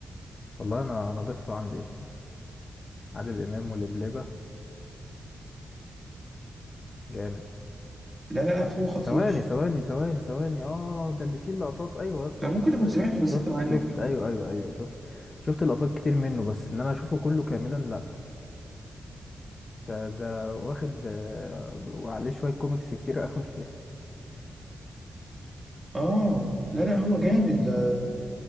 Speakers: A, on the left; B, on the right.
A: والله انا انا ضفته عندي <laughs> عادل امام ولبلبة جامد
B: لا لا لا هو خطير
A: ثواني ثواني ثواني ثواني اه ده اللي فيه اللقطات ايوه يا اسطى
B: انت
A: انا شفت
B: ممكن تكون سمعته بس
A: شفت
B: انت مهنج
A: شفت ايوه ايوه ايوه شفت شفت لقطات كتير منه بس ان انا اشوفه كله كاملا لا ده ده واخد آه، وعليه شويه كوميكس كتير قوي <laughs>
B: اه لا لا هو جامد ده